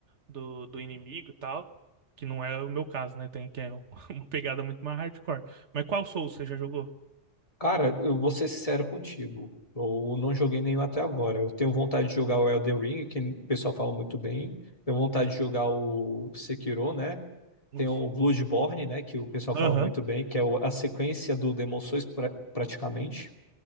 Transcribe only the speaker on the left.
Cara, eu vou ser sincero contigo. Eu não joguei nenhum até agora. Eu tenho vontade de jogar o Elden Ring, que o pessoal fala muito bem. Tenho vontade de jogar o Sekiro, né?
Tem o Bloodborne, né? Que o pessoal
fala muito bem, que é o- a sequência do Demon Souls, pra- praticamente.